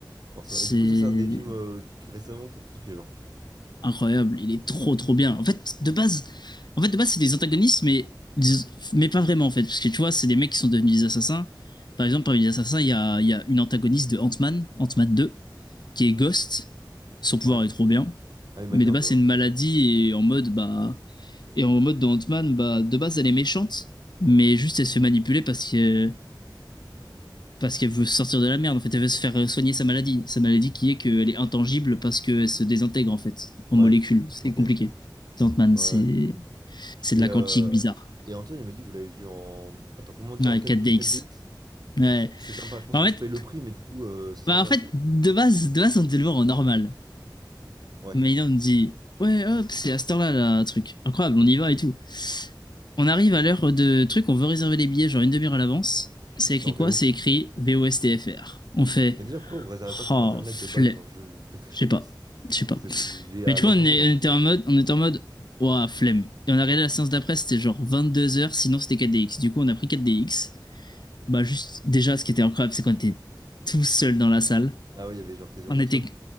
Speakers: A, on the right (about 55°); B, on the left (about 65°).
A: Forcément.
B: C'est
A: Et du coup, ça, c'est un des films euh, que- récemment que t'as kiffé, genre.
B: incroyable. Il est trop, trop bien. En fait, de base, en fait, de base, c'est des antagonistes, mais, des- mais pas vraiment, en fait. Parce que tu vois, c'est des mecs qui sont devenus des assassins. Par exemple, parmi les assassins, il y a, il y a une antagoniste de Ant-Man, Ant-Man 2. qui est Ghost. Son pouvoir
A: Ouais.
B: est trop bien.
A: Ah, il m'a
B: Mais
A: dit
B: de
A: Antoine.
B: base, c'est une maladie et en mode, bah. Et en mode de Ant-Man, bah, de base, elle est méchante. Mais juste, elle se fait manipuler parce que. Parce qu'elle veut sortir de la merde, en fait, elle veut se faire soigner sa maladie. Sa maladie qui est qu'elle est intangible parce qu'elle se désintègre, en fait, en
A: Ouais.
B: molécules. C'est
A: Ouais. Ok.
B: compliqué.
A: Ouais.
B: C'est Ant-Man,
A: ouais.
B: c'est c'est
A: Et,
B: de la
A: euh,
B: quantique bizarre.
A: et Antoine, il m'a dit que vous l'avez vu en. Attends, comment on dit?
B: Ouais,
A: En quatre
B: 4DX.
A: d 4DX? C'est
B: Ouais.
A: c'est sympa. Je pense
B: Bah,
A: que
B: En
A: tu
B: fait,
A: payes le prix, mais du coup, euh, c'est sympa.
B: bah en fait,
A: C'est...
B: de base, de base, on devait le voir en normal.
A: Ouais.
B: Mais là, on me dit, ouais, hop, c'est à cette heure-là, là, truc. Incroyable, on y va et tout. On arrive à l'heure de truc, on veut réserver les billets, genre une demi-heure à l'avance. C'est
A: C'était
B: écrit
A: en VO.
B: quoi? C'est écrit VOSTFR. On fait,
A: Mais déjà, pourquoi vous réservez pas sur
B: oh,
A: Internet
B: flemme.
A: de base? Genre, je... vous faites... <laughs>
B: Je sais pas. Je sais pas.
A: vous êtes... vous vivez à
B: Mais du
A: l'an
B: coup, on,
A: deux mille
B: est-
A: en fait.
B: on était en mode, on était en mode, ouah, flemme. Et on a regardé la séance d'après, c'était genre 22h, sinon c'était 4DX. Du coup, on a pris 4DX. Bah, juste, déjà, ce qui était incroyable, c'est qu'on était tout seul dans la salle.
A: Ah oui, il y avait genre quasiment
B: On
A: personne.
B: était,